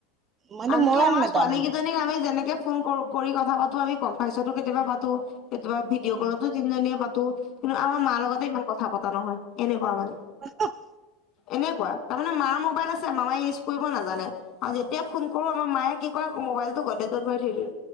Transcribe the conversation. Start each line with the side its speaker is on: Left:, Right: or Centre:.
Right: মানে
Left: আনকি
Right: মৰম
Left: আমাৰ
Right: এটা
Left: ছোৱালী
Right: মানে
Left: কেইজনীক আমি যেনেকে ফোন কৰি কথা পাতো, আমি কম পাইচাতো, কেতিয়াবা পাতো, কেতিয়াবা ভিডিঅ'
Right: উম
Left: কলতো তিনিজনীয়ে পাতো, কিন্তু আমাৰ মাৰ লগতে ইমান কথা পতা নহয় এনেকুৱা মানে
Right: হাঃহাঃ।
Left: এনেকুৱা তাৰমানে মাৰ মোবাইল আছে মায়ে ইউজ কৰিব নাজানে আৰু যেতিয়া ফোন কৰো আমাৰ মায়ে কি মোবাইলতো গ্ৰদেজত ভৰাই থৈ দিয়ে।